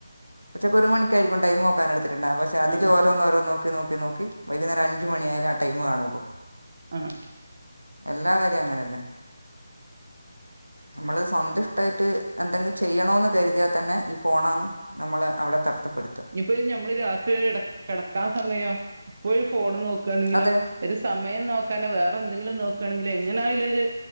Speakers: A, on the right (about 85°); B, on the right (about 40°).
A: ഉച്ചക്ക് ഒരു മണിക്കായിരിക്കും ടൈം നോക്കാൻ എടുത്തിട്ടുണ്ടാവ പക്ഷെ അതിൽ
B: ആ ആ
A: ഓരോന്ന് ഓരോന്ന് നോക്കി നോക്കി നോക്കി വൈകുന്നേരം അഞ്ച് മണി ആയാലേ ആ ടൈമ്കാണുള്ളൂ
B: ആ
A: എല്ലാ കാര്യവും അങ്ങനെ തന്നെ നമ്മള് സ്വന്തം ഇഷ്ടായിട്ട് എന്തെങ്കും ചെയ്യണോന്ന് കരുതിയാൽ തന്നെ ഈ ഫോണാണ് നമ്മളെ അവിടെ തടത്തപ്പെടും
B: ഇപ്പൊ നമ്മള് രാത്രിരെ കിടക്കാൻ സമയം ഇപ്പോഴും ഫോണ് നോക്കുകയാണെങ്കില്
A: അതെ
B: ഒരു സമയം നോക്കാൻ വേറെ എന്തെങ്കിലും നോക്കുകയാണെങ്കിൽ എങ്ങനെ ആയാലും ഒരു